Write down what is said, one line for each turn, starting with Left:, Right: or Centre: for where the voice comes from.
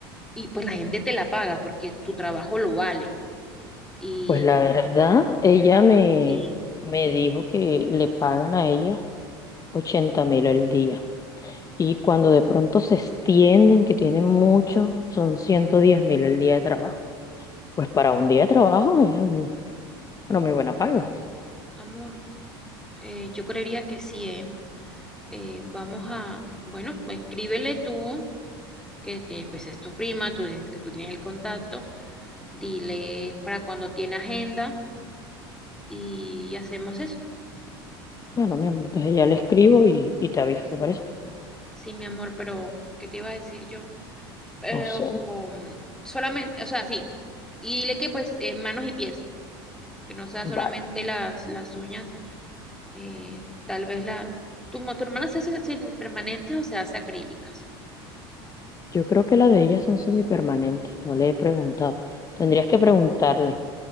Centre: y pues la gente te la paga porque tu trabajo lo vale. Y,
Left: Pues la verdad, ella me,
Centre: y
Left: me dijo que le pagan a ella ochenta mil el día. Y cuando de pronto se extienden, que tienen mucho, son ciento diez mil el día de trabajo. Pues para un día de trabajo es un- una muy buena paga.
Centre: amor, eh, yo creería que sí, ¿eh? eh, vamos a, bueno, escríbele tú, que tie- pues es tu prima, tú, tienes tú tienes el contacto, dile para cuando tiene agenda y hacemos eso.
Left: Bueno, mi amor, entonces ya le escribo y, y te aviso, ¿te parece?
Centre: Sí, mi amor, pero ¿qué te iba a decir yo? Pero
Left: No sé.
Centre: um, solamente, o sea, sí, y dile que pues eh, manos y pies, que no sea
Left: Vale.
Centre: solamente las, las uñas, eh, tal vez la, tu, tu hermana se hace se- permanentes o se hace acrílicas.
Left: Yo creo que la de ellas son semipermanentes, no le he preguntado. Tendrías que preguntarle.